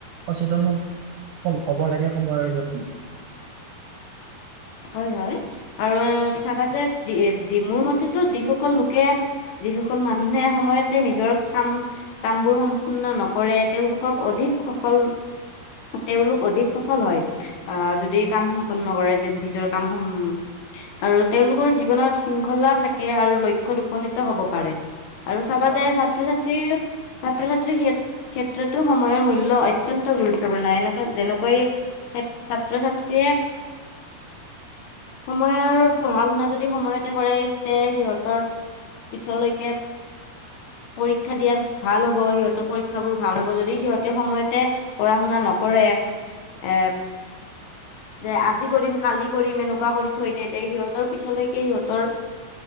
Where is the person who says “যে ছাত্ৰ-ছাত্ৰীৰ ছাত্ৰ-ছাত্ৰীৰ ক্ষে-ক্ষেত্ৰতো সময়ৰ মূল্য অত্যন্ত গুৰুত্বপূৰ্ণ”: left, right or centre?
Left